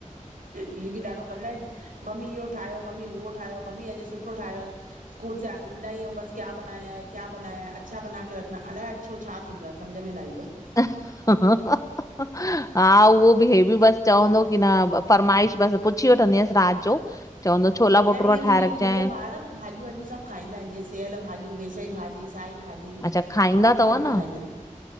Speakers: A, on the right; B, on the left.
A: ही बि ॾाढो कंदा आहिनि, मम्मी इहो ठाहियो मम्मी उहो ठाहियो ठायो, मम्मी अॼु सुठो ठायोहो। स्कूल सां आ ईंदा ई बस, क्या बनया है, क्या बनया है, अच्छा बनाके रखना, अलाए छा अच्छो छा थींदो आहे समझ में न ईंदो आ।
B: ह ह ह <unintelligible> हा उहो बि, हे बि बसि चवंदो कि न फरमाइश बसि पूछी वठंदी आयास राति जो। चवंदो छोला
A: ख़ैर
B: भटूरा
A: ईअं मुंहिंजा
B: ठाहे रखजांइ
A: ॿार भाॼियूं वाॼियूं सब खाईंदा आहिनि, जीअं सिअल भाॼियूं, बेसई भाॼी, साई भाॼी,
B: अच्छा खाईंदा
A: सब
B: अथव
A: भाॼियूं
B: न
A: खाईंदा आहिन।